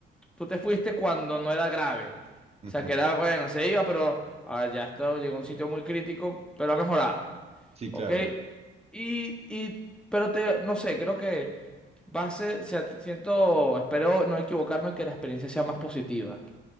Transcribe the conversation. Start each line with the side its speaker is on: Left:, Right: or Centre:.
Centre: tú te fuiste cuando no era grave.
Right: Ujú.
Centre: O sea, que era, bueno, se iba, pero ah, ya está, llegó a un sitio muy crítico, pero ha mejorado,
Right: Sí,
Centre: ¿ok?
Right: claro.
Centre: Y, y, pero te, no sé, creo que... Va a ser, o sea, siento, espero no equivocarme que la experiencia sea más positiva.